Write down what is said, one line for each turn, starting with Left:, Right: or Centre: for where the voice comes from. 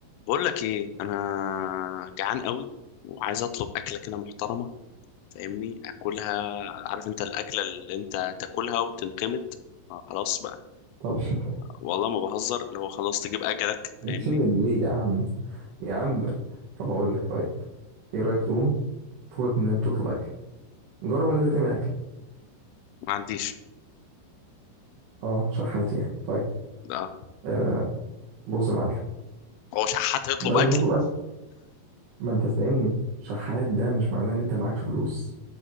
Left: بقول لك ايه انا جعان قوي وعايز اطلب اكله كده محترمه فاهمني اكلها عارف انت الاكله اللي انت تاكلها وتنقمت آه خلاص بقى
Right: طب <laughs>
Left: والله ما بهزر اللي هو خلاص تجيب اجلك
Right: اعتمد
Left: فاهمني
Right: ليه يا عم يا عم طب هقول لك طيب ايه رايك تقوم فوقك من انك تطلب اكل جرب ان انت تعمل اكل
Left: ما عنديش
Right: اه شحات يعني طيب
Left: لا
Right: آه بص يا معلم
Left: هو شحات هيطلب
Right: بدل
Left: اكل
Right: ما تطلب اكل ما انت فاهمني شحات ده مش معناه ان انت معكش فلوس